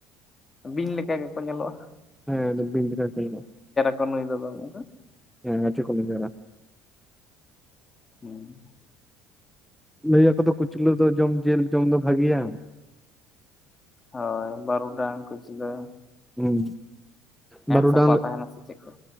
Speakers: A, on the left (about 25°); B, in the centre.
A: ᱵᱤᱧ ᱞᱮᱠᱟ ᱜᱮ ᱠᱚ ᱧᱮᱞᱚᱜ-ᱟ
B: ᱦᱮᱸ ᱵᱤᱧ ᱞᱮᱠᱟ ᱜᱮᱠᱚ ᱧᱮᱞᱚᱜ-ᱟ
A: <unintelligible>
B: <unintelligible>
A: ᱦᱩᱸ ᱾
B: ᱞᱟᱹᱭ ᱟᱠᱚ ᱫᱚ ᱠᱩᱪᱞᱟᱹ ᱫᱚ ᱡᱚᱢ ᱡᱤᱞ ᱡᱚᱢ ᱫᱚ ᱵᱷᱟ. ᱜᱮᱭᱟ ᱾
A: ᱦᱳᱭ ᱵᱟᱨᱩᱰᱟᱝ ᱠᱩᱪᱞᱟᱹ ᱾
B: ᱦᱩᱸ ᱵᱟᱨᱩᱰᱟᱝ
A: ᱥᱟᱯᱷᱟ
B: ᱞᱮ
A: ᱛᱟᱦᱮᱱᱟ ᱥᱮ ᱪᱮᱫ ᱠᱚ